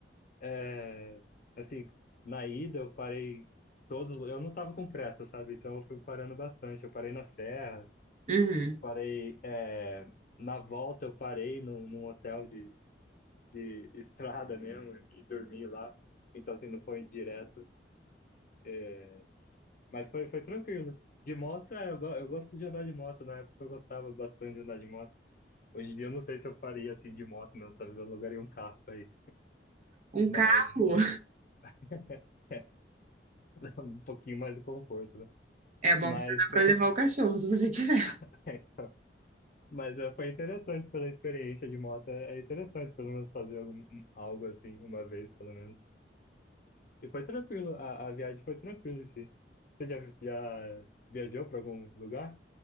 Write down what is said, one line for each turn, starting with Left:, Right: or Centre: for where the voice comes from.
Left: É, assim, na ida eu parei todos. Eu não tava com pressa, sabe? Então eu fui parando bastante. Eu parei na Serra,
Right: Uhum.
Left: Parei, é, na volta eu parei num, num hotel de, de estrada mesmo e dormi lá. Então, assim, não foi direto. é, mas foi, foi tranquilo. De moto, é, eu, go- eu gosto de andar de moto. Na época eu gostava bastante de andar de moto. Hoje em dia eu não sei se eu faria assim de moto mesmo. Talvez eu alugaria um carro aí.
Right: Um
Left: Mas
Right: carro
Left: <laughs> um pouquinho mais de conforto, né?
Right: <laughs> é bom
Left: Mas,
Right: que você dá para
Left: fo-
Right: levar o cachorro, se você tiver.
Left: <laughs> é, então, mas é, foi interessante pela experiência de moto. É é interessante pelo menos fazer algum, algo assim, uma vez pelo menos. E foi tranquilo, a, a viagem foi tranquila, sim. Você já, já viajou para algum lugar?